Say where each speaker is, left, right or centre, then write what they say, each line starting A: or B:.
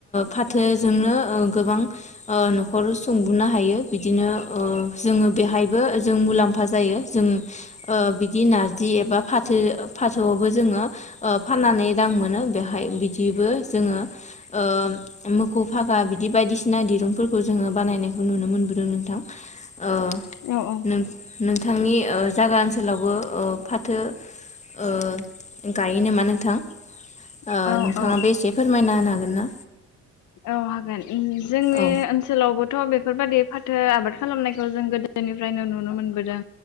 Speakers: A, on the left; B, on the left.
A: फाथो जोंनो गोबां ओ न'खर सुंबोनो हायो बिदिनो ओ जोङो बेहायबो जों मुलाम्फा मुलाम्फा जायो जों ओ बिदि नारजि एबा फाथो फाथोआवबो जोङो
B: <inaudible>
A: <unintelligible> रां मोनो बेवहाय बिदिबो जोङो ओ <unintelligible> बिदि बायदिसिना ना दिरुंफोरखौ जोङो बानायनायखौ नुनो मोनबोदों नोंथां। ओ
B: औ औ
A: नों-नोंथांनि ओ जायगा <unintelligible> ओ फाथो ओ गायो नामा नोंथां?
B: औ
A: ओ नोंथाङाबो एसे फोरमायना होनो हागोन। ना?
B: औ हागोन जोंनि
A: औ
B: ओनसोलावबोथ' बे फोरबायदि फाथो आबाद खालामनायखौ जों गोदोनिफ्रायनो नुनो मोनबोदों।